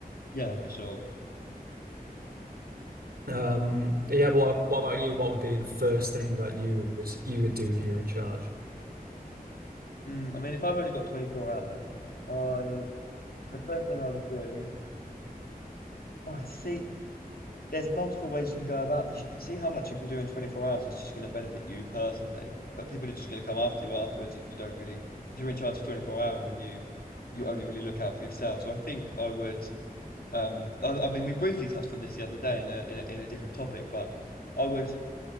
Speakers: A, on the left; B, on the right.
A: Yeah, for sure.
B: Um, yeah, but what, what about you? What would be the first thing that you would you would do if you were in charge?
A: Mm, I mean, if I've only got 24 hours, I the first thing I would do. Oh, to see, there's multiple ways you can go about this. You can see how much you can do in 24 hours. It's just going to benefit you personally, but people are just going to come after you afterwards if you don't really, if you're in charge for 24 hours and you you only really look out for yourself. So I think I would. Um, I, I mean, we briefly touched on this the other day in a, in a in a different topic, but I would